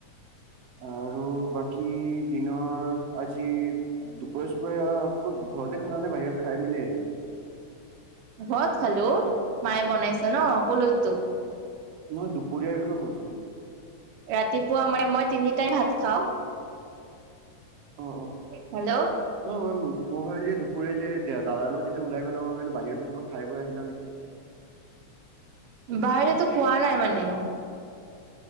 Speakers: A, on the right (about 70°); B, on the right (about 85°).
A: আৰু বাকী দিনৰ আজি দুপৰিয়া চুপৰীয়া। কত ঘৰতে খালা নে বাহিৰত খাই মেলি আহিলা।
B: ঘৰত খালো মায়ে বনাইছে ন কলোৱেটো
A: নহয় দুপৰীয়াৰ বিষয়ে কৈছো।
B: ৰাতিপুৱা মানে মই তিনি টাইম ভাত খাওঁ
A: অ
B: হেল্ল
A: অ' নহয় ম মই ভাবিলো যে দুপীয়া যে দাদা লগত যেতিয়া ওলাই গ'লে মই ভাবিলো বাহিৰতে কিবা খাই বৈ আহিলা নেকি?
B: বাহিৰতো খোৱা নাই মানে।